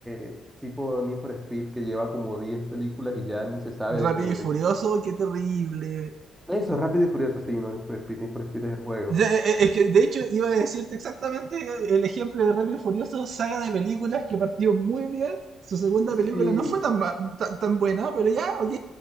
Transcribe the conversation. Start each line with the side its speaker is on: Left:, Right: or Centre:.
Centre: eh, tipo Need for Speed que lleva como 10 películas y ya ni se sabe
Right: Rápido
Centre: de qué,
Right: y furioso,
Centre: de qué-
Right: qué terrible.
Centre: Eso, Rápido y Furioso, sí, no, Need for Speed, Need for Speed es el juego.
Right: Ya, eh, eh, Es que de hecho iba a decirte exactamente el ejemplo de Rápido y Furioso, saga de películas que partió muy bien. Su segunda película
Centre: Sí,
Right: no fue tan, ma- ta- tan buena, pero ya, ok.